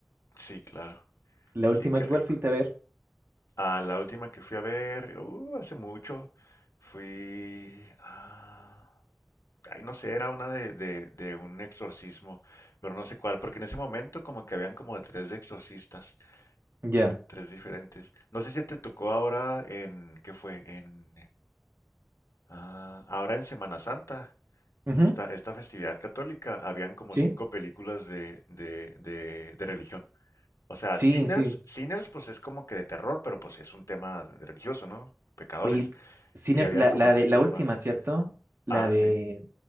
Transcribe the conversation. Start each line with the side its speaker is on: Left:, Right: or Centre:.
Left: sí, claro.
Right: La
Left: Sí,
Right: última
Left: qué
Right: que
Left: rico.
Right: igual fuiste a ver.
Left: Ah, la última que fui a ver, uh, hace mucho, fui... ah, ay, no sé, era una de, de, de un exorcismo, pero no sé cuál, porque en ese momento como que habían como tres exorcistas,
Right: Ya.
Left: tre- tres diferentes. No sé si te tocó ahora en... ¿Qué fue? En... ah, ahora en Semana Santa,
Right: Ujú,
Left: esta, esta festividad católica, habían como
Right: Sí,
Left: cinco películas de, de, de, de religión. O sea,
Right: sí,
Left: Sinners,
Right: sí.
Left: Sinners pues es como que de terror, pero pues es un tema religioso, ¿no? Pecadores.
Right: Oye, Sinners,
Left: Y habían
Right: la,
Left: como
Right: la
Left: otras
Right: de la
Left: tres
Right: última,
Left: más.
Right: ¿cierto? La
Left: Ah,
Right: de
Left: sí.